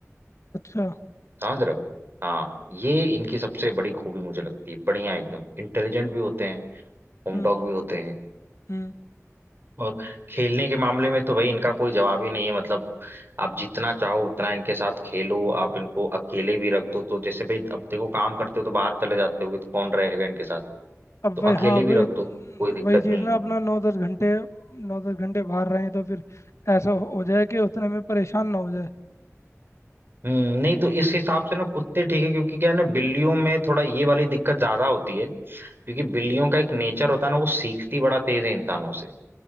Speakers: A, on the left; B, on the right.
A: अच्छा
B: समझ रहे हो हाँ ये इनकी सबसे बड़ी खूबी मुझे लगती है बढ़िया एकदम इंटेलिजेंट भी होते हैं होम
A: हम्म
B: डॉग भी होते हैं
A: हम्म
B: और खेलने के मामले में तो भाई इनका कोई जवाब ही नहीं है मतलब आप जितना चाहो उतना इनके साथ खेलो आप इनको अकेले भी रख दो तो जैसे भाई अब देखो काम करते हो तो बाहर चले जाते होगे तो कौन रहेगा इनके साथ
A: अब
B: तो
A: वही
B: अकेले
A: हाँ
B: भी
A: वही
B: रख दो कोई दिक्कत
A: वही चीज़
B: नहीं
A: ना
B: है
A: अपना नौ दस घंटे नौ दस घंटे बाहर रहे तो फिर ऐसा हो हो जाए कि उतने में परेशान ना हो जाए
B: हम्म नहीं तो इस हिसाब से ना कुत्ते ठीक है क्योंकि क्या है ना बिल्लियों में थोड़ा ये वाली दिक्कत ज्यादा होती है क्योंकि बिल्लियों का एक नेचर होता है ना वो सीखती बड़ा तेज है इंसानों से